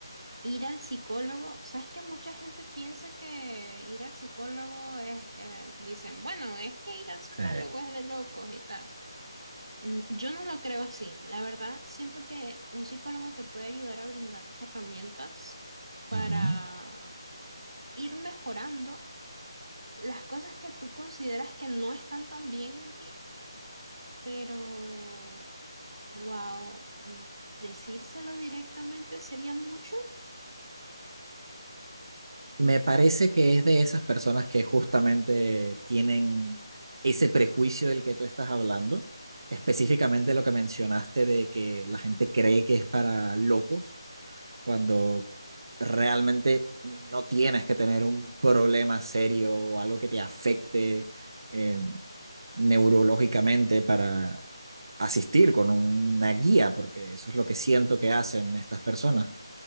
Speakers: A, on the right; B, on the right.
A: ir al psicólogo. Sabes que mucha gente piensa que ir al psicólogo es, eh, dicen, bueno, es que ir al psicólogo
B: Sí.
A: es de locos y tal. Mm, Yo no lo creo así. La verdad, siento que un psicólogo te puede ayudar a brindar las herramientas para
B: Ujú.
A: ir mejorando las cosas que tú consideras que no están tan bien en ti, pero, wow, decírselo directamente sería mucho
B: Me parece que es de esas personas que justamente tienen ese prejuicio del que tú estás hablando, específicamente lo que mencionaste de que la gente cree que es para locos, cuando realmente no tienes que tener un problema serio o algo que te afecte eh, neurológicamente para asistir con una guía, porque eso es lo que siento que hacen estas personas.